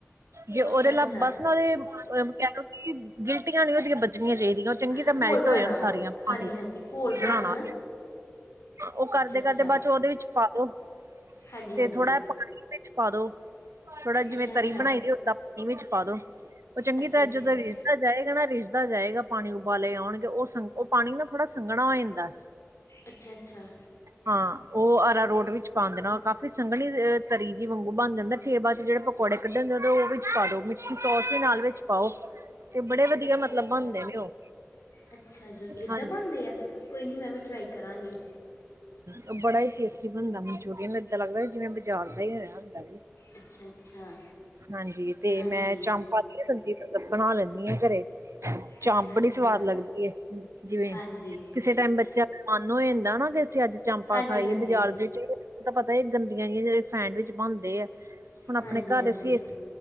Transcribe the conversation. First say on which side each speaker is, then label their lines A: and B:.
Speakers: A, on the right (about 80°); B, on the left (about 80°).
A: ਜੇ ਉਹਦੇ
B: ਅੱਛਾ
A: ਲ
B: ਅੱਛਾ
A: ਬਸ ਨਾਲ ਉਹਦੇ ਕਹਿ ਲੋ ਗਿਲਟੀਆਂ ਨਹੀਂ ਉਹਦੀਆਂ ਬਜਣੀਆਂ ਚਾਹੀਦੀਆਂ। ਚੰਗੀ
B: ਆਹ
A: ਤਰਾਂ ਮੈਲਟ
B: ਘੋਲ ਬਣਾਉਣਾ
A: ਹੋ ਜਾਣ
B: ਵਾ
A: ਸਾਰੀਆਂ ਪਾਣੀ
B: ਹਾਂਜੀ ਹਾਂਜੀ ਘੋਲ
A: ਬਣਾਉਣਾ
B: ਹੈ ਨਾ
A: ਉਹ ਕਰਦੇ
B: ਅੱਛਾ ਅੱਛਾ
A: -ਕਰਦੇ ਬਾਅਦ ਚੋਂ ਉਹਦੇ ਵਿੱਚ ਪਾ ਦੋ
B: ਹਾਂਜੀ
A: ਤੇ
B: ਹਾਂਜੀ
A: ਥੋੜਾ ਪਾਣੀ ਵਿੱਚ ਪਾ ਦੋ ਥੋੜਾ ਜਿਵੇਂ
B: ਅੱਛਾ ਅੱਛਾ
A: ਤਰੀ ਬਣਾਈ ਦੀ ਓਦਾਂ ਪਾਣੀ ਵਿੱਚ ਪਾ ਦੋ ਉਹ ਚੰਗੀ
B: ਅੱਛਾ
A: ਤਰ੍ਹਾਂ
B: ਅੱਛਾ
A: ਜਦ
B: ਜੀ
A: ਦਾ ਜਾਏਗਾ ਨਾ ਰਿੱਝਦਾ ਜਾਏਗਾ ਪਾਣੀ ਉਬਾਲੇ ਆਉਣਗੇ ਉਹ ਸੰ ਉਹ ਪਾਣੀ ਨਾ ਥੋੜ੍ਹਾ ਸੰਘਣਾ ਹੋ ਜਾਂਦਾ।
B: ਅੱਛਾ- ਅੱਛਾ
A: ਹਾਂ ਉਹ ਅਰਾ ਰੋਟ ਵਿੱਚ ਪਾ ਦੇਣਾ ਕਾਫੀ ਸੰਘਨੀ ਤਰੀ ਜਹੀ ਵਾਂਗੂ ਬਣ ਜਾਂਦਾ ਫੇਰ ਬਾਅਦ 'ਚ ਜਿਹੜੇ ਪਕੌੜੇ ਕੱਢਣ ਦੇ ਉਹ ਉਹ ਵਿੱਚ ਪਾ ਦਉ ਮ ਸੋਸ ਵੀ ਨਾਲ ਵਿੱਚ ਪਾਓ ਤੇ ਬੜੇ ਵਧੀਆ
B: ਅੱਛਾ
A: ਮਤਲਬ
B: ਅੱਛਾ
A: ਬਣਦੇ ਨੇ ਉਹ
B: ਅੱਛਾ ਜੀ ਇੱਦਾਂ
A: ਹਾਂਜੀ
B: ਬਣਦੇ ਆ ਕੋਈ ਨਹੀਂ ਮੈਂ ਵੀ ਟਰਾਈ ਕਰਾਂਗੀ।
A: ਹੂੰ ਬੜਾ ਹੀ ਟੇਸਟੀ ਬਣਦਾ ਮਨਚੂਰੀਅਨ ਏਦਾਂ ਲੱਗਦਾ ਜਿਵੇਂ ਬਾਜ਼ਾਰ ਦਾ ਹੀ ਹੋਇਆ ਹੁੰਦਾ।
B: ਅੱਛਾ ਅੱਛਾ
A: ਹਾਂਜੀ ਤੇ
B: ਹਾਂਜੀ
A: ਮੈਂ ਚੰਪਾ ਸਬਜ਼ੀ ਮਤਲਬ ਬਣਾ ਲੈਂਣੀ ਆਂ ਘਰੇ ਚਾਪਮ
B: ਅੱਛਾ
A: ਬੜੀ
B: ਅੱਛਾ
A: ਸਵਾਦ ਲੱਗਦੀ ਜਿਵੇਂ
B: ਹਾਂਜੀ
A: ਕਿਸੇ ਟਾਈਮ ਬੱਚਾ ਮਨ ਹੋ ਜਾਂਦਾ ਨਾ ਕਿ ਅਸੀਂ ਅੱਜ ਚਾਮਪਾ
B: ਹਾਂਜੀ
A: ਖਾਈਏ
B: ਹਾਂਜੀ
A: ਬਾਜ਼ਾਰ ਦੇ ਇਹ ਤਾਂ ਪਤਾ ਗੰਦੀਆਂ ਜਿਹੀਆਂ ਜਿਹੜੇ ਸੈਂਡਵਿੱਚ ਬਣਦੇ ਆ, ਹੁਣ ਆਪਣੇ
B: ਹਾਂਜੀ
A: ਘਰ
B: ਹਾਂਜੀ
A: ਦੇ ਸੀ